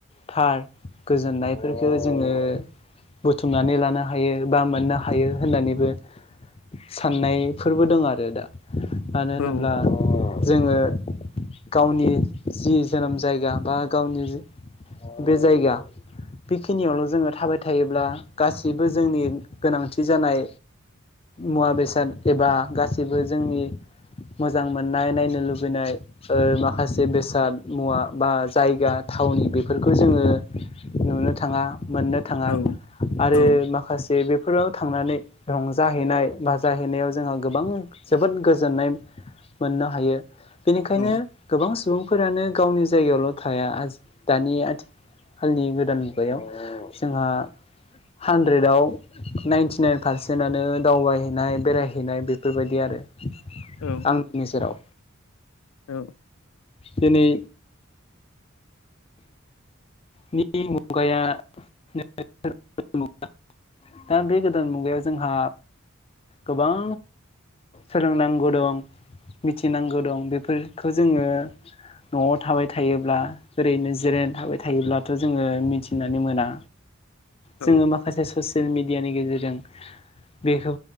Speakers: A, on the left; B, on the left.
A: थार गोजोननायफोरखौ जोङो बुथुमनानै लानो हायो बा मोननो हायो होननानैबो। साननायफोरबो दं आरो दा मानो होनोब्ला
B: औ
A: जोङो गावनि जि जोनोम जायगा बा गावनि जि बे जायगा बेखिनियावल जोङो थाबाय थायोब्ला गासैबो जोंनि गोनांथि जानाय मुवा बेसाद एबा गासिबो जोंनि मोजां मोननाय नायनो लुबैनाय। ओ माखासे बेसाद मुवा बा जायगा थावनि बेफोरखौ जोङो नुनो थाङा मोननो थाङा
B: औ
A: आरो
B: औ
A: माखासे बे फोराव थांनानै रंजाहैनाय बाजाहैनायाव जोंहा गोबां जोबोद गोजोन्नाय मोननो हायो बेनिखायनो
B: औ
A: गोबां सुबुंफोरानो गावनि जायगायावल' थाया दानि आथिखाल हालनि गोदान मुगायाव जोंहा हानद्रेदाव नाइनटि नाइन पारसेन्टआनो दावबायहैनाय बेरायहैनाय बेफोरबायदि आनो
B: उम
A: आंनि नोेजेराव
B: औ
A: दिनै नि मुगाया <unintelligible> दा बे गोदान मुगायाव जोंहा गोबां सोलोंनांगौ दं मिथिनांगौ दं बेफोरखौ जोङो न'आव थाबाय थायोब्ला ओरैनो जिरायनानै थाबाय थायोब्लाथ' जोङो मिथिनानै मोना जोङो
B: औ
A: माखा माखासे ससियेल मेडियानि गेजेरजों बेखौ